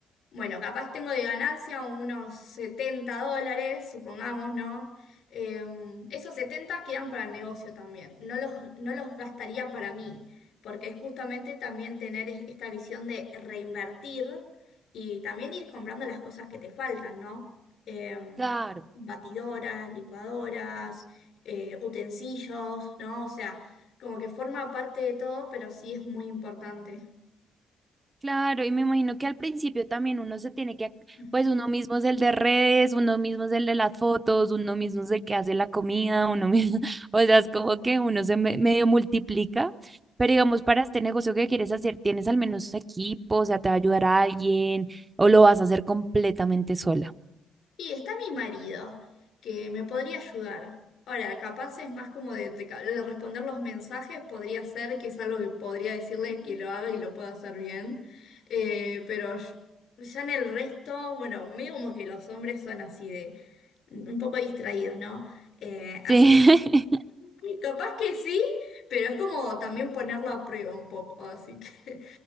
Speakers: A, on the left; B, on the right.
A: bueno, capaz tengo de ganancia unos 70 dólares, supongamos, ¿no? Eh, esos 70 quedan para el negocio también. No los, no los gastaría para mí, porque es justamente también tener es- esta visión de reinvertir y también ir comprando las cosas que te faltan, ¿no? Eh,
B: Claro.
A: batidoras, licuadoras, eh, utensilios, ¿no? O sea, como que forma parte de todo, pero sí es muy importante.
B: Claro, y me imagino que al principio también uno se tiene que, ac-
A: <laughs>
B: pues uno mismo es el de redes, uno mismo es el de las fotos, uno mismo es el que hace la comida, uno mismo, <laughs> o sea, es como que uno se me- medio multiplica, pero digamos, para este negocio que quieres hacer, ¿tienes al menos equipo? O sea, ¿te va a ayudar a alguien o lo vas a hacer completamente sola?
A: Y está mi marido, que me podría ayudar. Ahora, capaz es más como de, de ca- de responder los mensajes, podría ser que es algo que podría decirle que lo haga y lo pueda hacer bien. Eh, pero yo- ya en el resto, bueno, medio como que los hombres son así de un poco distraídos, ¿no? Eh, así
B: <laughs> Sí.
A: que capaz que sí, pero es como también ponerlo a prueba un poco, así que...